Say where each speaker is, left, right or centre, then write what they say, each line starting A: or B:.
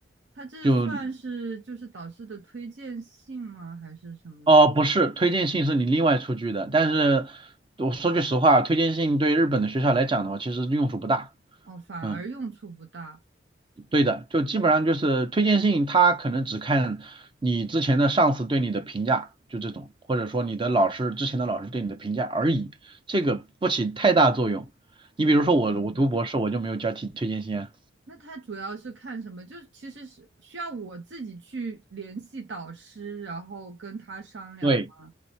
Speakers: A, on the right (about 75°); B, on the right (about 25°).
A: 他这算是就是导师的推荐信吗？
B: 就
A: 还是什么东西？
B: 哦，不是，推荐信是你另外出具的，但是我说句实话，推荐信对日本的学校来讲的话，其实用处不大。
A: 哦，反而用处不大。
B: 嗯。对的，就基本上就是推荐信，他可能只看你之前的上司对你的评价，就这种，或者说你的老师之前的老师对你的评价而已，这个不起太大作用。你比如说我，
A: 哦
B: 我读博士我就没有交替推荐信啊。
A: 那他主要是看什么？就是其实是需要我自己去联系导师，然后跟他商量吗
B: 对，